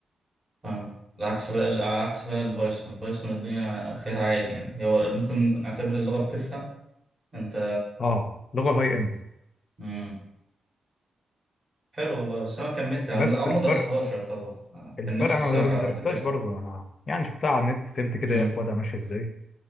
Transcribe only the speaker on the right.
فاهم العكس بقى العكس بقى البايثون البايثون الدنيا فيها عادي يعني هو ممكن نعتبر اللغة بتفهم انت
مم. حلو والله بس انا كملت عم-
او ما
درستهاش يعتبر آه،
كان نفسي
الصراحة
اذاكرها
مم.